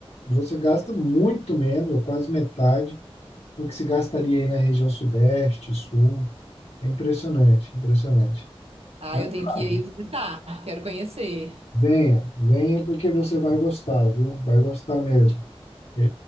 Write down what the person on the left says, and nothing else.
você gasta muito menos, ou quase metade, do que se gastaria aí na região sudeste, sul. É impressionante, impressionante.
Mas,
claro,
venha, venha porque você vai gostar, viu? Vai gostar mesmo. É,